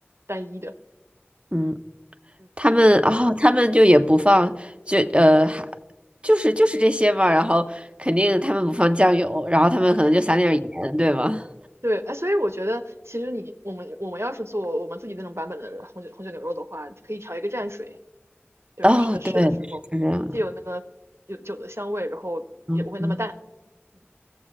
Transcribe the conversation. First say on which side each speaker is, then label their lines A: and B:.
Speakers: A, on the right; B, on the right.
A: 单一的，
B: 嗯，
A: 嗯，
B: 他们哦，
A: 是这样。
B: 他们就也不放，就呃还就是就是这些嘛，然后肯定他们不放酱油，然后他们可能就撒点儿盐，对吗？
A: 对，哎，所以我觉得其实你我们我们要是做我们自己那种版本的红酒红酒牛肉的话，可以调一个蘸水，就是吃的吃的时候，
B: 哦，对，是这样的，
A: 既有那个有酒的香味，然后也不会那么淡。
B: 嗯嗯。
A: 嗯